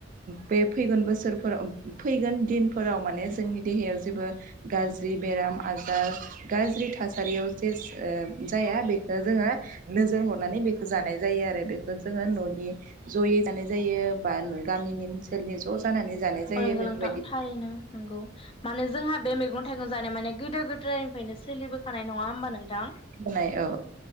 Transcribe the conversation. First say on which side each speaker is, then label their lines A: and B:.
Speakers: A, on the right; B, on the left.
A: बे फैगोन बोसोरफोराव फैगोन दिनफोराव माने जोंनि देहायाव जेबो गाज्रि बेराम आजार गाज्रि थासारियाव जेज ओ जाया बेखौ जोङो नोजोर हरनानै बेखौ जानाय जायो आरो बेखौ जोङो ननि जयै जानाय जायो बा गामिनि ओनसोलनि ज ज जानानै जानाय जायो
B: औ नंगौ
A: बेफोरबायदि
B: नोंथां थारैनो नोंगौ माने जोंहा बे मैगं थाइगं जानाय माने गोदो गोद्रायनिफ्रायनो सोलिबोखानाय नङा होमबा नोंथां
A: होनाय औ